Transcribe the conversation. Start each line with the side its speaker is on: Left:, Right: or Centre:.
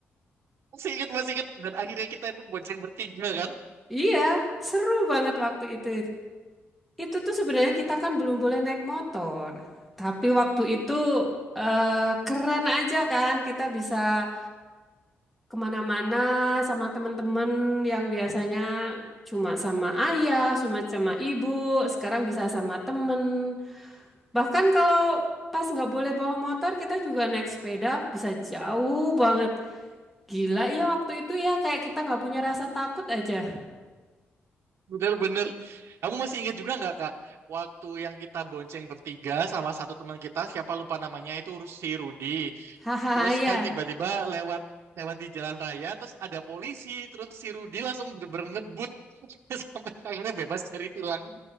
Right: Masih ingat, masih ingat. Dan akhirnya kita itu bonceng bertiga kan.
Centre: Iya, seru banget waktu itu. Itu tuh sebenarnya kita kan belum boleh naik motor. Tapi waktu itu eh, keren aja kan kita bisa kemana-mana sama temen-temen yang biasanya cuma sama ayah, cuma sama ibu, sekarang bisa sama temen. Bahkan kalau pas nggak boleh bawa motor, kita juga naik sepeda bisa jauh banget. Gila ya waktu itu ya kayak kita nggak punya rasa takut aja.
Right: Bener-bener. Kamu masih ingat juga nggak Kak? Waktu yang kita bonceng bertiga sama satu teman kita, siapa lupa namanya itu si Rudi.
Centre: Hahaha
Right: Terus
Centre: ya.
Right: kan tiba-tiba lewat lewat di jalan raya, terus ada polisi, terus si Rudi langsung bener ngebut <laughs> sampai akhirnya bebas dari tilang.